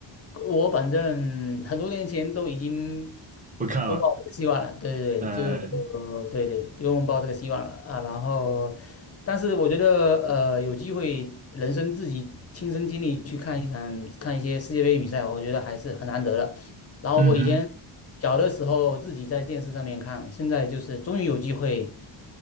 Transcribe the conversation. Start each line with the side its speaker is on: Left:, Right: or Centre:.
Left: 我反正很多年前都已经
Right: <laughs> 不看了。
Left: 不抱这个希望了。对对对，
Right: 呃，
Left: 就呃，对对，不用抱这个希望了啊。然后，但是我觉得，呃，有机会人生自己亲身经历去看一场看一些世界杯比赛，我觉得还是很难得的。然后我以前
Right: 嗯哼，
Left: 小的时候自己在电视上面看，现在就是终于有机会，